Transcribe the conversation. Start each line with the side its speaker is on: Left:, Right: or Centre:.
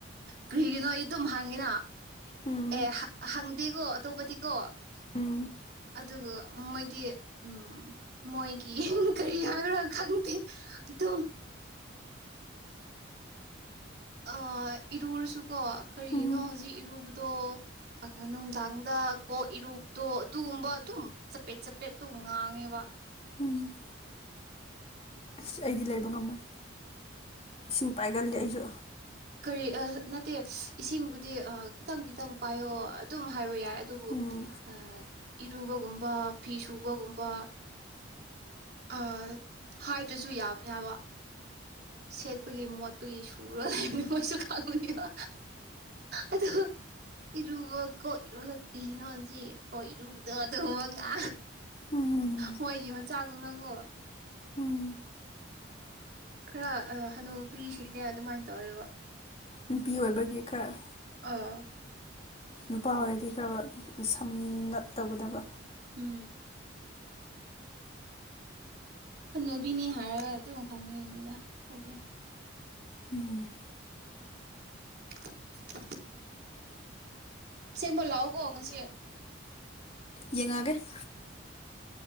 Right: ꯀꯔꯤꯒꯤꯔꯤꯅꯣ ꯑꯩ ꯑꯗꯨꯝ ꯍꯥꯡꯉꯤꯅ
Left: ꯎꯝ
Right: ꯑꯦ ꯍꯪꯗꯦꯒꯣ ꯇꯣꯄꯗꯤꯀꯣ
Left: ꯎꯝ
Right: ꯑꯗꯨꯒ ꯃꯣꯏꯗꯤ ꯎꯝ ꯃꯣꯏꯒꯤ ꯀꯔꯤ ꯍꯥꯏꯕ꯭ꯔꯥ ꯈꯪꯗꯦ ꯑꯗꯨꯝ ꯑ ꯏꯔꯨꯁꯨꯀꯣ ꯀꯔꯤꯅꯣ
Left: ꯎꯝ
Right: ꯍꯧꯖꯤꯛ ꯏꯔꯨꯕ ꯑꯗꯣ ꯅꯨꯡꯗꯥꯡꯗ ꯀꯣꯛ ꯏꯔꯨꯕꯗꯣ ꯑꯗꯨꯒꯨꯝꯕ ꯑꯗꯨꯝ ꯆꯄꯦꯠ ꯆꯄꯦꯠ ꯑꯗꯨꯝ ꯉꯥꯡꯉꯦꯕ
Left: ꯎꯝ ꯑꯁ ꯑꯩꯗꯤ ꯂꯩꯕ ꯉꯝꯃꯣꯏ ꯏꯁꯤꯡ ꯄꯥꯏꯒꯜꯂꯤ ꯑꯩꯁꯨ
Right: ꯀꯔꯤ ꯅꯠꯇꯦ ꯏꯁꯤꯡꯕꯨꯗꯤ ꯈꯤꯇꯪ ꯈꯤꯇꯪ ꯄꯥꯏꯌꯣ ꯑꯗꯨꯝ ꯍꯥꯏꯕ ꯌꯥꯏ ꯑꯗꯨ ꯑꯗꯨꯕꯨ
Left: ꯎꯝ
Right: ꯑ ꯏꯔꯨꯕꯒꯨꯝꯕ ꯐꯤ ꯁꯨꯕꯒꯨꯝꯕ ꯑ ꯍꯥꯏꯗ꯭ꯔꯁꯨ ꯌꯥꯕꯅꯦ ꯍꯥꯏꯕ ꯁꯦꯠꯄꯒꯤ ꯃꯣꯠꯄꯒꯤ ꯁꯨꯔꯣꯏ ꯃꯣꯏꯁꯨ ꯈꯥꯡꯉꯨꯅꯤꯀꯣ ꯑꯗꯨ ꯏꯔꯨꯕ ꯀꯣꯛ ꯏꯔꯨꯂ ꯀꯅꯣꯁ ꯀꯣꯏ ꯏꯔꯨꯕꯗꯣ ꯑꯗꯨꯒꯕ ꯉꯥ
Left: ꯎꯝ
Right: ꯃꯣꯏꯒꯤ ꯃꯆꯥꯗꯨꯅꯪꯀꯣ
Left: ꯎꯝ
Right: ꯈꯔ ꯍꯅꯨ ꯄꯤꯁꯤꯅꯦ ꯑꯗꯨꯃꯥꯏꯅ ꯇꯧꯋꯦꯕ
Left: ꯅꯨꯄꯤ ꯑꯣꯏꯕꯒꯤ ꯈꯔ
Right: ꯑꯥ
Left: ꯅꯨꯄꯥ ꯑꯣꯏꯔꯗꯤ ꯈꯔ ꯁꯝꯅꯞ ꯇꯧꯒꯗꯕ
Right: ꯎꯝ ꯍꯅꯨꯕꯤꯅꯤ ꯍꯥꯏꯔꯒ ꯑꯗꯨꯝ ꯈꯟꯕꯤꯉꯅꯤꯗꯣꯏꯗꯤ
Left: ꯎꯝ
Right: <unintelligible> ꯑꯁꯦꯡꯕ ꯂꯥꯛꯑꯣꯀꯣ ꯉꯁꯤ
Left: ꯌꯦꯡꯉꯛꯑꯒꯦ